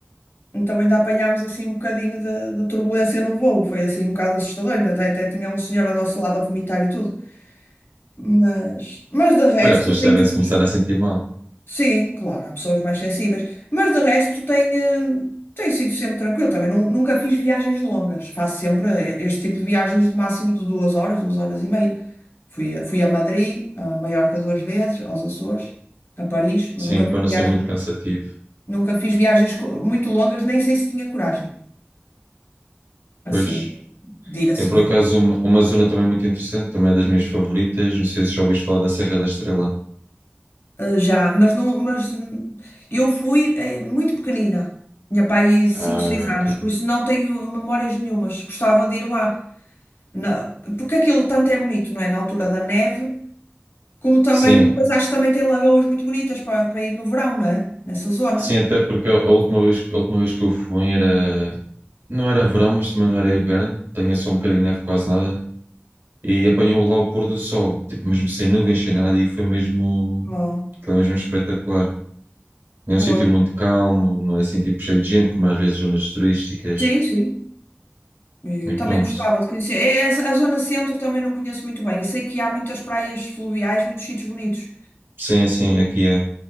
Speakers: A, on the left; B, on the right.
A: Então ainda apanhámos assim um bocadinho de, de turbulência no voo, foi assim um bocado assustador, ainda até, até tinha um senhor ao nosso lado a vomitar e tudo. Mas, mas de resto
B: Olha, as pessoas
A: tem
B: devem
A: sido.
B: se começar a sentir mal.
A: Sim, claro, há pessoas mais sensíveis, mas de resto tem, eh, tem sido sempre tranquilo. Também nu- nunca fiz viagens longas, faço sempre eh, este tipo de viagens de máximo de duas horas, duas horas e meia. Fui, a- fui a Madrid, a Maiorca duas vezes, aos Açores, a Paris. Nunca
B: Sim,
A: fiz
B: para não
A: viagens,
B: ser muito cansativo.
A: nunca fiz viagens co- muito longas, nem sei se tinha coragem, assim,
B: Pois,
A: de ir assim.
B: eu por
A: ó.
B: acaso, uma, uma zona também muito interessante, também é das minhas favoritas. Não sei se já ouviste falar da Serra da Estrela.
A: Eh, já, mas não, mas hum, eu fui eh, muito pequenina. Tinha pai cinco
B: Ah,
A: seis anos,
B: ok.
A: por isso não tenho memórias nenhumas. Gostava de ir lá. na- porque aquilo tanto é bonito, não é? Na altura da neve, como também,
B: Sim,
A: depois acho que também tem lagoas muito bonitas para, para ir no verão, não é? Nessa zona.
B: sim, até porque a, a última vez, a última vez que eu fui era. Não era verão, mas também não era inverno. Tinha só um bocadinho de neve, quase nada. E apanhou lá o pôr do sol, tipo, mesmo sem nuvens, sem nada, e foi mesmo.
A: Ah,
B: Foi mesmo espetacular. É um
A: pois.
B: sítio muito calmo, não é assim, tipo, cheio de gente, como é às vezes zonas turísticas.
A: Sim, sim. Eu
B: E
A: também
B: pronto.
A: gostava de conhecer. É, essa- a zona centro também não conheço muito bem. E sei que há muitas praias fluviais, muitos sítios bonitos.
B: Sim, sim, aqui é.